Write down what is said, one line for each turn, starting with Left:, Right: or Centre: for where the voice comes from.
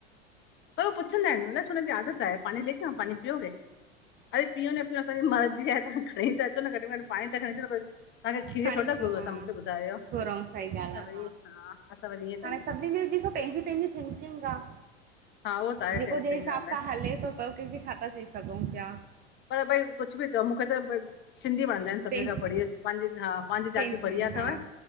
Left: पर हू पुछंदा ऐन अलाऐ छों हुनजी आदत आहे, पानी लेके आऊ पानी पियोगे? अरे पियू न पियू असा जी मर्ज़ी आ, तव्हां खणी त अचो न घट में घट पाणी त खणी अचो तव्हांखे खीरु
Right: खणी
Left: थोर था
Right: अचो
Left: घुरूं
Right: हा
Left: असां मूंखे ॿुधायो,
Right: घुरऊं सही ॻाल्हि
Left: असां
Right: आहे
Left: वरी हा असां वरि हीय
Right: हाणे सभिनी जी ॾिसो पंहिंजी पंहिंजी थिंकिंग आ।
Left: हा उहो त आहे
Right: जेको
Left: ख़ैर
Right: जे
Left: सही
Right: हिसाब
Left: ॻाल्हि आहे
Right: सां हले तो केखें छा पयो कंहिंखे छा था चई सघूं प्या।
Left: पर भई कुझु ॿि चओ मूंखे त सिंधी वणंदा ऐन। सभिनी
Right: पंहिंजे
Left: खां बढ़िया हा पंहिंजी जाती
Right: पंहिंजे
Left: बढ़िया अथवं।
Right: हा